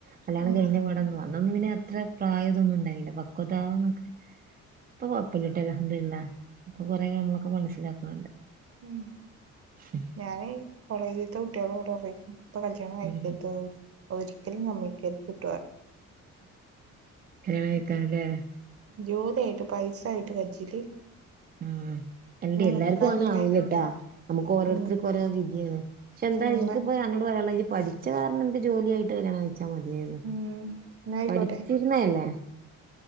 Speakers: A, on the right (about 30°); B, on the right (about 50°).
A: കല്യാണം
B: ഉം
A: കഴിഞ്ഞ പാടന്ന് വാ അന്നൊന്നും പിന്നെ അത്ര പ്രായമതൊന്നും ഉണ്ടായില്ല പക്വതന്നൊക്കെ ഇപ്പൊ കൊഴപ്പമില്ലട്ട അഹബ്തുള്ള ഇപ്പൊ കൊറെ നമ്മളൊക്കെ മനസ്സിലാക്കണണ്ട്
B: ഉം
A: ശരി
B: ഞാന് കോളേജിലത്തെ കുട്ടികളോടെ പറയിന്നു ഇപ്പൊ കല്യാണം കഴിക്കരുത്
A: ഉം
B: ഒരിക്കലും സമ്മതിക്കരുത് ട്ടോ പറയും
A: കല്യാണം കഴക്കൻല്ലേ
B: ജോലി ആയിട്ട് പൈസ ആയിട്ട് കജ്ജലി
A: ഉം എന്റെ എല്ലാർക്കും
B: നിക്കാനില്ലേ
A: അവന ആവില്ലട്ടാ നമ്മുക്ക് ഓരോരുത്തർക്ക്
B: ഉം
A: ഓരോ വിധയാണ് പക്ഷെന്താനിക്കിപ്പൊ
B: ഇന്നാ
A: എന്നോട് പറയാനുള്ളത് പഠിച്ച കാരണം നിക്ക് ജോലി ആയിട്ട് കല്യാണം കഴിച്ച മതി ച്ച മതിയായിരുന്നു
B: ഉം ഇന്നാ അയ്ക്കോട്ടെ
A: പഠിച്ചിരുന്നല്ലേ